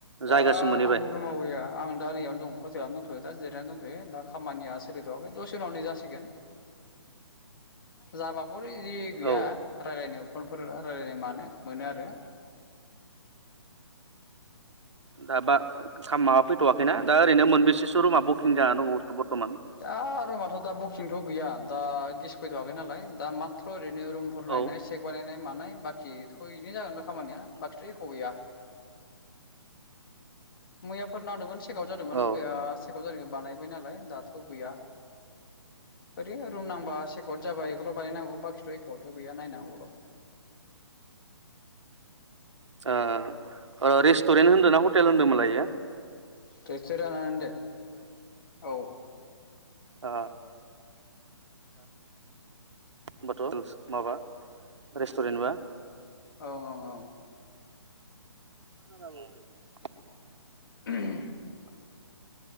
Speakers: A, on the left; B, on the right.
A: दा
B: जायगासिम मोनहैबाय
A: आं रुमाव गैया आं दा नैयावनो दं हटेलावनो दंथ यो दा जिरायना दंथ'यो दा खामानिया सोलिथ'वाखै दसे उनाव नै जासिगोन जाबा बर इरि गैया
B: औ
A: रायलायनायाव फनफोर रायलायनाय मानो मोनो आरो
B: दा बा खाम माबा फैथवाखैना दा ओरैनो मोनबेसेसो रुमा बकिं जानानै दङ ब-बर्टमान?
A: दा रुमाथ दा बखिंथ गैया दा गेस फैथवाखै नालाय दा माथ्र ओरैनो रुमफोर नायनाय
B: औ
A: सेक बानायनाय मानाय बाखि थ इनो जागोन दा खामानिया बाखिथ' एख गैया। मैयाफोर नांदोमोन थि चेकाव जादोंमोन
B: औ
A: मैया सेेकाव जानायखो बानायबाय नालाय। दाथ' गैया, ओरैनो रुम नांबा सेकद जाबाय एखौल बानायनांगौ बाखिथ' एखथ' गैया नायनांगौल <inaudible>
B: ओ ओ रेस्टुरेन्ट होनदो ना हटेल होन्दोमोन लायो?
A: <unintelligible> <inaudible> रेस्टुरेन्ट औ
B: ओ <unintelligible> माबा रेस्टुरेन्ट बा
A: औ औ औ
B: <inaudible>
A: <inaudible>